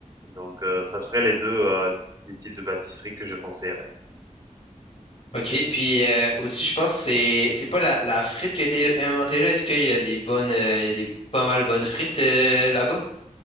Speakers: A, on the right; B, on the left.
A: Donc heu, ça serait les 2 heu, ty types de pâtisseries que je conseillerais.
B: OK, puis euh, aussi, je pense que c'est c'est pas la, la frite qui a été inventée là. Est-ce qu'il y a des bonnes, euh, il y a des pas mal bonnes frites euh, là-bas?